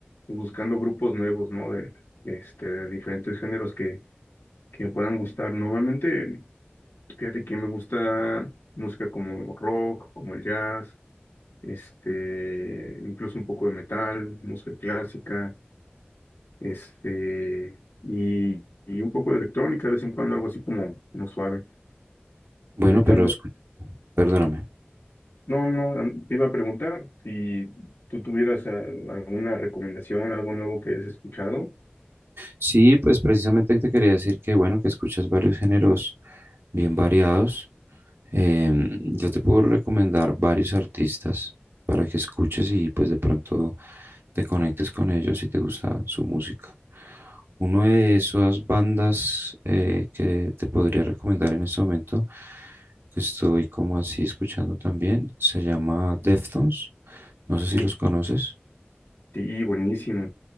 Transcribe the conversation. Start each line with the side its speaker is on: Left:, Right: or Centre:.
Left: buscando grupos nuevos, ¿no? De, este, de diferentes géneros que, que me puedan gustar. Normalmente, fíjate que me gusta música como rock, como el jazz, este, incluso un poco de metal, música clásica. este, y, y un poco de electrónica, de vez en cuando algo así como, como suave.
Right: Bueno,
Left: Y ahorita
Right: pero
Left: ando-
Right: escu- perdóname.
Left: no, no, an- te iba a preguntar si tú tuvieras ah, alguna recomendación, algo nuevo que hayas escuchado.
Right: Sí, pues precisamente te quería decir que bueno, que escuchas varios géneros bien variados Em, yo te puedo recomendar varios artistas para que escuches y pues de pronto te conectes con ellos si te gusta su música. Una de esas bandas eh, que te podría recomendar en este momento, que estoy como así escuchando también, se llama Deftones. No sé si
Left: Uf,
Right: los conoces.
Left: sí, buenísimo,